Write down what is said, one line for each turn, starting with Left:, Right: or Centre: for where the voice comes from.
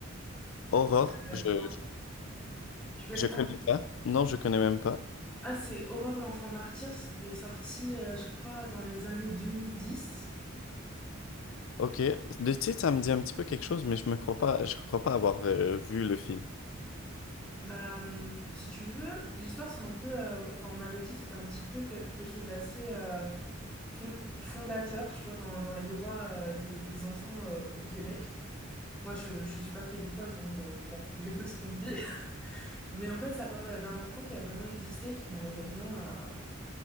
Left: Aurore,
Centre: le-
Left: je,
Centre: l'enf-
Left: je,
Centre: tu connais
Left: je
Centre: pas?
Left: connais pas. Non, je connais même pas.
Centre: Ah, c'est Aurore l'enfant martyr, c'est sorti, euh, je crois, dans les années 2010.
Left: Ok. De titre, ça me dit un petit peu quelque chose, mais je me crois pas, je crois pas avoir euh, vu le film.
Centre: Bah, hum, si tu veux, l'histoire, c'est un peu... euh, Enfin, on m'avait dit que c'était un petit peu quelque chose d'assez... fon- fondateur, tu vois, dans, dans les droits euh, des, des enfants euh, au Québec. Moi, je ne suis pas québécoise, donc euh, bon, <laughs> j'écoute ce qu'on me dit. <laughs> Mais en fait, ça parle d'un enfant qui a vraiment existé, qui malheureusement a,